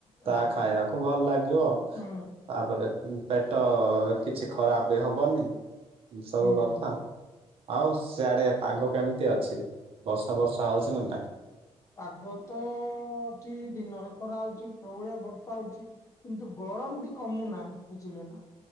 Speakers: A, on the right (about 55°); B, on the left (about 30°).
A: ତାହା
B: ଏଇଟା
A: ଖାଇବାକୁ
B: କର
A: ଭଲ ଲାଗିବ
B: ହୁଁ
A: ତାପରେ ପେଟ କିଛି ଖରାପ ବି ହବନି ଏ ସବୁ
B: ହୁଁ।
A: କଥା। ଆଉ ସେଆଡେ ପାଗ କେମିତି ଅଛି ବର୍ଷା ବର୍ଷା ହଉଛି ନା ନାଇଁ।
B: ପାଗ ଏଠି ଦିନରେ ଖରା ହଉଛି ପ୍ରଭଳିଆ ବର୍ଷା ହଉଛି। କିନ୍ତୁ ଗରମ ଟି କମୁନାହିଁ ବୁଝିଲେ ନା।